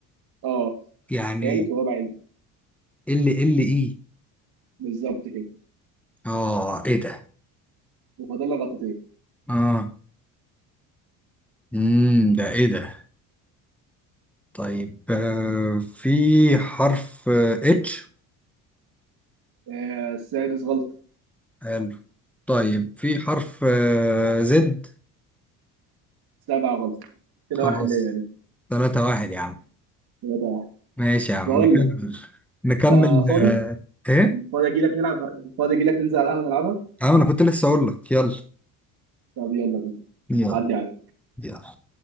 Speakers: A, on the right; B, in the centre.
A: اه
B: يعني
A: التالت والرابع
B: ال ال ايه
A: بالظبط كده
B: اه ايه ده
A: وفاضل لك غلطتين
B: اه امم ده ايه ده طيب آه، في حرف اتش
A: آه، السادس غلط
B: حلو طيب في حرف زد
A: السابع غلط كده
B: خلاص
A: واحد ليا يعني
B: ثلاثة واحد يا عم
A: ثلاثة واحد
B: ماشي يا عم
A: بقول
B: نكمل
A: لك
B: نكمل
A: انت فاضي؟
B: آه، ايه؟
A: فاضي اجي لك نلعب فاضي اجي لك ننزل على القهوة نلعبها؟
B: اه انا كنت لسه اقول لك يلا
A: طب يلا بينا
B: يلا
A: عدي عليك
B: يلا